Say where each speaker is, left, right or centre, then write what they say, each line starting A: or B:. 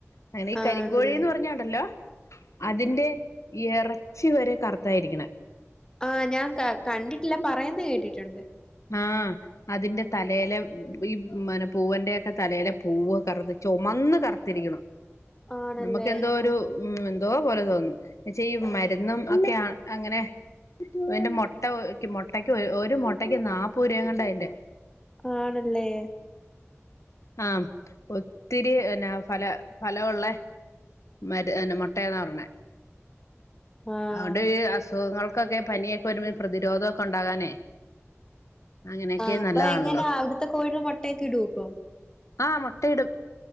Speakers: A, on the left (about 85°); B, on the left (about 15°).
A: അങ്ങനെ ഈ കരിങ്കോഴിന്ന്
B: ആണല്ലേ
A: പറഞ്ഞുണ്ടല്ലോ അതിന്റെ എറച്ചി വരെ കറുത്തായിരിക്കണ
B: ആ ഞാൻ കണ്ടിട്ടില്ല പറയന്ന് കേട്ടിട്ടുണ്ട്
A: ആഹ അതിന്റെ തലേയിലെ ഈ മനെ പൂവന്റെൊക്കെ തലയിലെ പൂവ് കറുത്ത് ചുമന്ന് കറുത്തിരിക്കണം
B: ആണല്ലേ
A: നമുക്ക് എന്തോ ഒരു
B: ആഹ്
A: ഉം എന്തോ പോലെ തോന്നും എന്നെച്ച ഈ മരുന്നും ഒക്കെയാണ് അങ്ങനെ അന്റെ മുട്ട മുട്ടക്ക് ഒരു മുട്ടക്ക് നാൽപ്പൂ രങ്ങണ്ട അതിറെ
B: ആണല്ലേ
A: ആഹ ഒത്തിരി എന്നന്നാ ഫല ഫലമള്ളേ <unintelligible> മുട്ടന്ന പറഞ്ഞണേ
B: ആഹ്
A: അതുകൊണ്ട് ഈ അസുഖങ്ങൾക്കൊക്കെ പനിയൊക്കെ വരുമ്പോ പ്രതിരോധമൊക്കെ ഉണ്ടാകാനേ അങ്ങനെയൊക്കെ
B: ആ അപ്പൊ
A: നല്ലതാണല്ലോ
B: എങ്ങനാ അവിടുത്തെ കോഴ മുട്ടക്ക ഇടു ഇപ്പം
A: ആഹ് മുട്ടയിടും